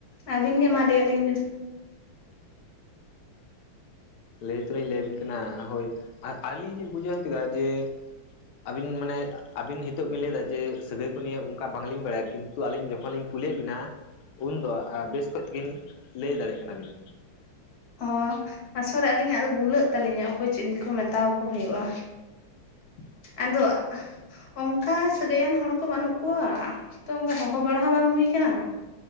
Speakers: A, on the left; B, on the left.
A: ᱟᱹᱵᱤᱱ ᱜᱮ ᱢᱟ ᱞᱮᱭᱟᱞᱤᱧᱵᱤᱱ᱾
B: ᱞᱮᱭ ᱛᱚᱞᱤᱧ ᱞᱮᱭᱟᱵᱤᱱ ᱠᱟᱱᱟ ᱦᱳᱭ ᱟᱨ ᱟᱹᱞᱤᱧ ᱞᱤᱧ ᱵᱩᱡᱷᱟᱹᱣ ᱠᱮᱫᱟ ᱡᱮ- ᱟᱹᱵᱤᱱ ᱢᱟᱱᱮ- ᱟᱹᱵᱤᱱ ᱦᱤᱛᱳᱜ ᱵᱤᱱ ᱞᱟᱹᱭ ᱮᱫᱟ ᱡᱮ ᱥᱟᱹᱜᱟᱹᱭ ᱠᱚ ᱱᱤᱭᱮ ᱚᱱᱠᱟ ᱵᱟᱝᱞᱤᱧ ᱵᱟᱲᱟᱭᱟ, ᱠᱤᱱᱛᱩ ᱟᱹᱞᱤᱧ ᱡᱚᱠᱷᱚᱱ ᱞᱤᱧ ᱠᱩᱞᱤᱭᱮᱫ ᱵᱤᱱᱟ᱾ ᱩᱱᱫᱚ ᱟ ᱵᱮᱥ ᱠᱚᱡ ᱛᱤᱜᱤ ᱞᱟᱹᱭ ᱫᱟᱲᱮ ᱟᱜ ᱠᱟᱱᱟᱵᱤᱱ᱾
A: ᱚ ᱟᱥᱚᱞᱮ ᱟᱹᱞᱤᱧᱟᱜ ᱫᱚ ᱜᱩᱞᱟᱹᱜ ᱛᱟᱹᱞᱤᱧᱟ, ᱚᱠᱚᱭ ᱪᱮᱫ ᱞᱮᱠᱚ ᱢᱮᱛᱟᱣᱟᱠᱚ ᱦᱩᱭᱩᱜᱼᱟ᱾
B: <inaudible>
A: ᱟᱫᱚ ᱚᱝᱠᱟ- ᱥᱟᱹᱜᱟᱹᱭᱟᱱ ᱦᱚᱲ ᱠᱚ ᱵᱟᱹᱱᱩᱜ ᱠᱚᱣᱟ᱾ ᱛᱚ ᱚᱱᱠᱟ ᱦᱚᱦᱚ ᱵᱟᱲᱟ ᱦᱚ ᱵᱟᱝ ᱦᱩᱭ ᱟᱠᱟᱱᱟ᱾